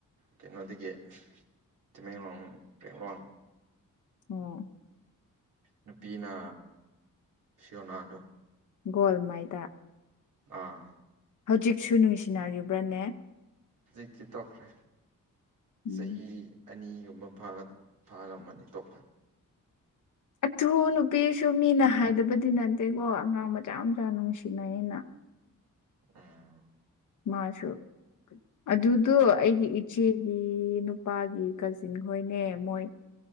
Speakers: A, on the right; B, on the left.
A: ꯀꯩꯅꯣꯗꯒꯤ ꯇꯃꯦꯡꯂꯣꯡ ꯇꯃꯦꯡꯂꯣꯡ
B: ꯑꯣ
A: ꯅꯨꯄꯤꯅ ꯁꯤꯌꯣꯅꯥꯗꯣ
B: ꯒꯣꯜ ꯃꯥꯏꯗ
A: ꯑꯥ
B: ꯍꯧꯖꯤꯛꯁꯨ ꯅꯨꯡꯁꯤꯅꯔꯤꯕ꯭ꯔꯅꯦ
A: ꯍꯧꯖꯤꯛꯇꯤ ꯇꯣꯛꯈ꯭ꯔꯦ
B: ꯎꯝ
A: ꯆꯍꯤ ꯑꯅꯤꯒꯨꯝꯕꯥ ꯐꯥꯔꯝꯃꯅꯤ ꯇꯣꯄ
B: ꯑꯗꯨ ꯅꯨꯄꯤꯁꯨ ꯃꯤꯅ ꯍꯥꯏꯗꯕꯗꯤ ꯅꯠꯇꯦꯀꯣ ꯑꯉꯥꯡ ꯃꯆꯥ ꯃꯆꯥ ꯅꯨꯡꯁꯤꯅꯩꯌꯦꯅ
A: ꯎꯝ
B: ꯃꯥꯁꯨ ꯑꯗꯨꯗꯨ ꯑꯩꯒꯤ ꯏꯆꯦ ꯒꯤ ꯅꯨꯄꯥꯒꯤ ꯀꯖꯤꯟ ꯍꯣꯏꯅꯦ ꯃꯣꯏ